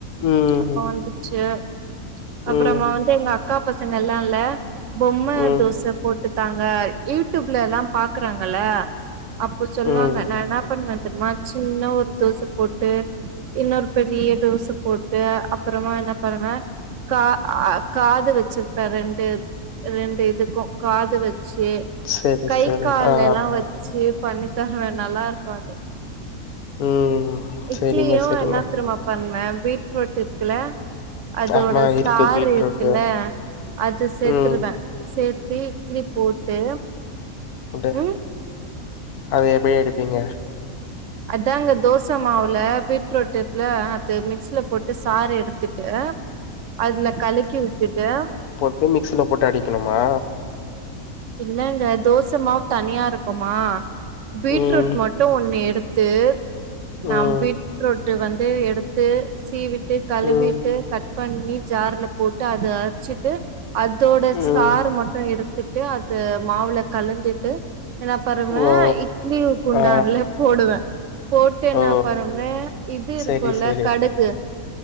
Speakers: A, on the left; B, on the right.
A: ம்
B: அப்ப வந்துச்சு அப்புறமா
A: ம்
B: வந்து எங்க அக்கா பசங்க எல்லா இல்ல பொம்ம
A: ம்
B: தோச போட்டு தாங்க யூடியூப்ல எல்லாம பாக்குறாங்கள அப்போ சொல்லுவாங்க
A: ம்
B: நா என்ன பண்ணே தெரியுமா சின்ன ஒரு தோச போட்டு இன்னொரு பெரிய தோச போட்டு அப்புறமா என்ன பண்ணுவே கா ஆ காது வச்சிருப்பே ரெண் டு ரெண்டு இதுக்கும் காது வச்சு
A: செரி
B: கை
A: செரி
B: கால்
A: ஆ
B: எல்லா வச் செரி பண்ணி தரவேன் நல்லா இருக்கு அது
A: ம்
B: இட்லியு
A: செரிங்க செரிங்க
B: என தெர்மா பண்ணுவே பீட்ரூட் இருக்குல அதோட
A: ஆமா இருக்கு
B: சாறு
A: பீட்ரூட்டு
B: இருக்குல்ல அது சேத்தருவேன்
A: ம்
B: சேத்தி இட்லி போட்டு
A: ஃபுட்டு
B: ம்
A: அது எப்டி எடுப்பீங்க
B: அதாங்க தோச மாவுல பீட்ரூட் இருக்குல்ல அது மிக்ஸல போட்டு சாறு எடுத்துட்டு அதுல கலக்கி விட்டுட்டு
A: இதேயு மிக்சியில போட்டு அடிக்கணுமா
B: இல்லங்க தோச மாவு தனியா இருக்குமா பீட்ரூட்
A: ம்
B: மட் டு ஒண்ணு எடுத்து நம்
A: ம்
B: பீட்ரூட்டு் வந்து எடு த்து சீவிட்டு கழுவிட்டு
A: ம்
B: கட் பண்ணி ஜார்ல போட்டு அத அரச்சிட்டு அதோட
A: ம்
B: சாறு மட்டு எடுத்துட்டு அது மாவுல கலந்துட்டு என்னா பாருவேன்
A: ஓ
B: இட்லி உ குண்டான்ல
A: ஆ
B: போடுவேன் போட்டு என்ன
A: ஓ
B: பண்ணுவே இது இருக்கும்ல
A: செரி செரி
B: கடுகு